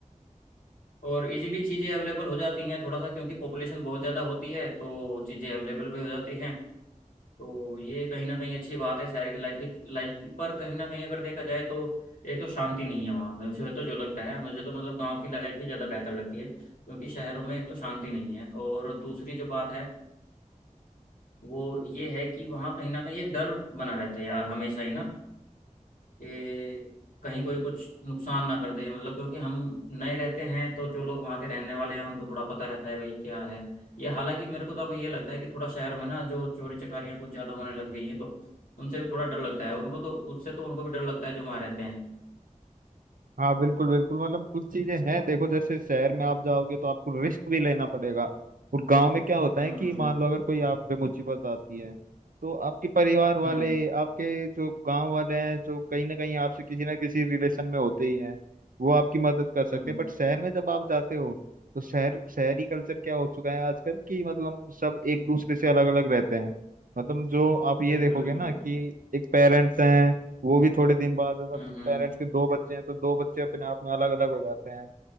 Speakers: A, on the left (about 80°); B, on the right (about 80°).
A: और इजीली चीज़ें अवेलेबल हो जाती हैं थोड़ा सा क्योंकि पॉपुलेशन बहुत ज़्यादा होती है तो चीज़ें अवेलेबल भी हो जाती हैं तो ये कहीं ना कहीं अच्छी बात है शहर की लाइफ की लाइफ की पर कहीं ना कहीं अगर देखा जाए तो एक तो शांति नहीं है वहाँ मुझे तो जो लगता है मुझे तो मतलब गांव की लाइफ ही ज़्यादा बेहतर लगती है क्योंकि शहरों में एक तो शांति नहीं है और दूसरी जो बात है वो ये है कि वहाँ कहीं ना कहीं एक डर बना रहता है यार हमेशा ही ना ये कहीं कोई कुछ नुकसान ना कर दे मतलब क्योंकि हम नए रहते हैं तो जो लोग वहाँ के रहने वाले हैं उनको थोड़ा पता रहता है भाई क्या है ये हालांकि मेरे को तो अब ये लगता है कि थोड़ा शहरों में ना जो चोरी चकारियाँ कुछ ज़्यादा होने लग गई है तो उनसे भी थोड़ा डर लगता है उनको तो उससे तो उनको भी डर लगता है जो वहाँ रहते हैं
B: हाँ बिल्कुल बिल्कुल मतलब कुछ चीजें हैं देखो जैसे शहर में आप जाओगे तो आपको रिस्क भी लेना पड़ेगा और गांव में क्या होता है
A: हम्म
B: कि
A: हम्म
B: मान लो अगर कोई आप पे मुसीबत आती है तो आपके परिवार वाले
A: हम्म
B: आपके जो गांव वाले हैं जो कहीं ना कहीं आपसे किसी ना किसी रिलेशन में होते ही हैं वो आपकी मदद कर सकते
A: हम्म,
B: हैं बट शहर में जब आप जाते हो तो शहर शहरी कल्चर क्या हो चुका है आजकल कि मतलब सब एक दूसरे से अलग अलग रहते हैं मतलब जो आप ये
A: बिल्कुल
B: देखोगे
A: बिल्कुल
B: ना
A: बिल्कुल
B: कि एक पेरेंट्स हैं वो भी थोड़े दिन बाद मतलब
A: हम्म हम्म
B: पेरेंट्स के दो बच्चे हैं तो दो बच्चे अपने आप में अलग अलग हो जाते हैं